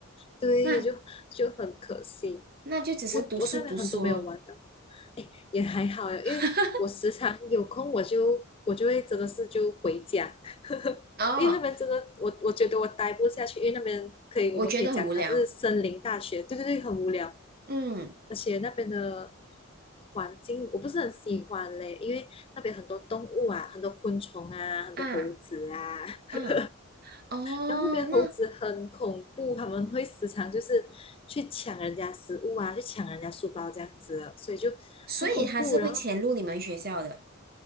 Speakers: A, on the left; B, on the right.
A: 对，
B: 那
A: 就就很可惜，
B: 那就只是读书读书咯。
A: 我我在那边很多没有玩的，也还好啊因为我时常有空我就我就会真的是就回家，
B: <laughs> 哦，
A: 因为那边真的，我我觉得我待不下去，因为那边可以，
B: 我觉得很无聊。
A: 我们可以讲它是森林大学，对对对，很无聊，
B: 嗯
A: 而且那边的环境我不是很喜欢嘞，因为那边很多动物啊，很多昆虫啊，很多猴子啊，
B: 啊
A: <laughs>
B: 啊，哦，
A: 然后那边猴子很恐怖，
B: 那。
A: 他们会时常就是去抢人家食物啊，去抢人家书包这样子的，所以就很恐怖，
B: 所以他是会潜入你们学校的，
A: 然后